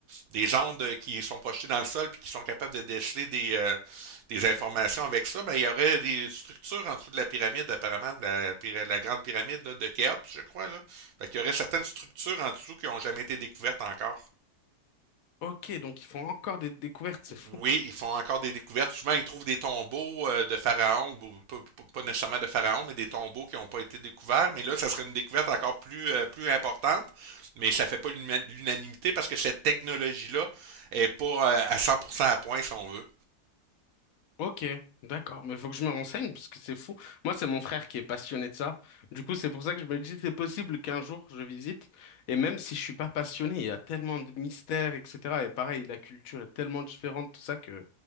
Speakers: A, on the right (about 70°); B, on the left (about 65°).
A: des ondes qui sont projetées dans le sol puis qui sont capables de déceler des, euh, des informations avec ça, ben, il y aurait des structures en dessous de la pyramide, apparemment, la, la grande pyramide là, de Khéops, je crois. Là. Fait qu'il y aurait certaines structures en dessous qui n'ont jamais été découvertes encore
B: Ok, donc ils font encore des découvertes, c'est fou.
A: oui, ils font encore des découvertes. Souvent, ils trouvent des tombeaux euh, de pharaons, ou pas, pas- pas nécessairement de pharaons, mais des tombeaux qui n'ont pas été découverts. Mais là, ça serait une découverte encore plus, euh, plus importante. Mais ça fait pas l'una- l'unanimité parce que cette technologie-là est pas euh, à 100% à point, si on veut.
B: Ok, d'accord, mais faut que je me renseigne parce que c'est fou. Moi, c'est mon frère qui est passionné de ça. Du coup, c'est pour ça que je me dis c'est possible qu'un jour je visite. Et même si je suis pas passionné, il y a tellement de mystères, etc. Et pareil, la culture est tellement différente, tout ça que